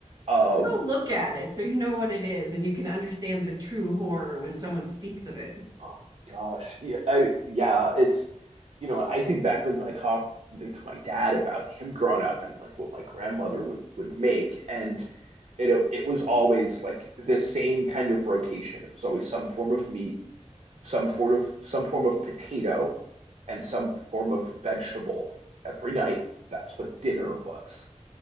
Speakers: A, on the right; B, on the right.
A: Um
B: Just go look at it so you know what it is and you can understand the true horror when someone speaks of it.
A: Oh gosh, yeah, I, yeah. It's you know, I think back like when I talk like to my dad about him growing up and like what my grandmother would would make, and you know, it was always like the same kind of rotation. It was always some form of meat, some form of some form of potato, and some form of vegetable every night. That's what dinner was,